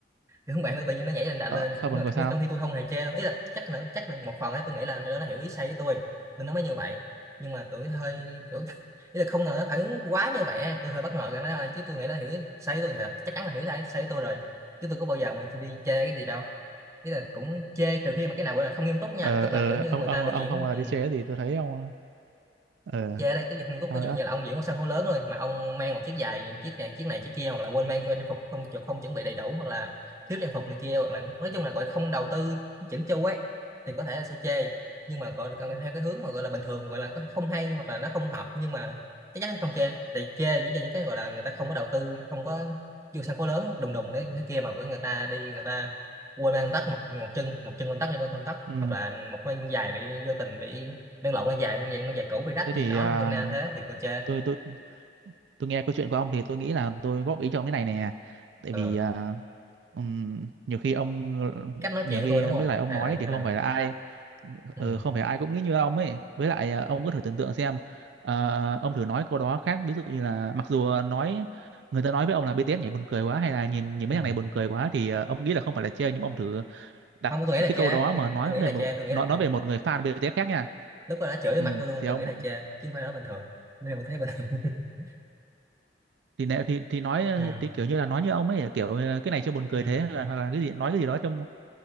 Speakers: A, on the right; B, on the right.
A: Thì không bạn tôi tự nhiên nó nhảy lên đà lên
B: hơi buồn
A: nó-
B: cười sao
A: trong khi tôi không hề chê đâu ý là chắc là chắc là một phần ấy, tôi nghĩ là nó nó hiểu ý sai với tôi nên nó mới như vậy nhưng mà tôi hơi kiểu <laughs> ý là không ngờ nó phản ứng quá như vậy ấy. tôi hơi bất ngờ cái đó thôi chứ tôi nghĩ là hiểu ý sai với tôi thì chắc chắn là hiểu sai sai với tôi rồi chứ tôi có bao giờ mà tôi đi chê cái gì đâu ý là cũng chê trừ khi mà cái nào gọi là không nghiêm túc nha
B: ờ
A: tức
B: ờ
A: là kiểu như
B: ông
A: người
B: ông
A: ta biểu
B: ông
A: diễn
B: không bao
A: ừ,
B: giờ đi chơi gì tôi thấy ông ờ
A: chê đây cái không tốt
B: sao
A: ví
B: nữa
A: dụ như là ông diễn một sân khấu lớn thôi mà ông mang một chiếc giày chiếc này chiếc này chiếc kia hoặc là quên mang cho trang phục không không chuẩn bị đầy đủ hoặc là thiếu trang phục này kia hoặc là nói chung là gọi không đầu tư chỉnh chu ấy thì có thể là sẽ chê nhưng mà gọi là cần theo cái hướng mà gọi là bình thường gọi là có thể không hay hoặc là nó không hợp nhưng mà chắc chắn là không chê thì chê chỉ cho những cái gọi là người ta không có đầu tư không có vô sân khấu lớn đùng đùng đấy thế kia mà của người ta đi người ta quên mang tóc một một chân một chân lên tóc hay con tóc
B: ừ
A: hoặc là một mang giày bị vô tình bị đen lộn nó dài nó dạng nó dài cũ bị rách
B: thế
A: hay
B: thì
A: gì đó
B: ờ,
A: nôm na thế thì cô chê
B: tôi tôi tôi nghe câu chuyện của ông thì tôi nghĩ là tôi góp ý cho ông cái này nè tại
A: ờ
B: vì ờ, ừm, nhiều khi ông
A: cách nói
B: nhiều
A: chuyện
B: khi
A: tôi đúng
B: ờ,
A: không
B: mấy lời ông
A: hay
B: nói
A: là như
B: thì
A: thế
B: không
A: nào
B: phải là ai
A: ừ.
B: Ờ, không phải ai cũng nghĩ như ông ấy với lại ờ, ông có thử tưởng tượng xem ờ, ông thử nói câu đó khác ví dụ như là mặc dù nói người ta nói với ông là BTS nhảy buồn cười quá hay là nhìn nhìn
A: Ừ.
B: mấy thằng này buồn cười quá thì ờ, ông nghĩ là không phải là chê nhưng ông thử đặt
A: không tôi nghĩ
B: một
A: là
B: cái
A: chê
B: câu đó
A: tôi,
B: mà nói
A: tôi nghĩ
B: về
A: là
B: một
A: chê tôi nghĩ
B: nói,
A: là
B: nói
A: chê
B: về một người fan BTS khác nha
A: lúc đó nó chửi vô
B: ừ,
A: mặt tôi luôn
B: thì
A: tôi
B: ông
A: nghĩ là chê chứ không phải nói bình thường nên tôi thấy bình thường <laughs>
B: thì, nè- thì thì nói ờ,
A: ừ.
B: thì kiểu như là nói như ông ấy kiểu ờ, cái này cho buồn cười
A: Ừ.
B: thế hoặc là, hoặc là cái gì nói cái gì đó trong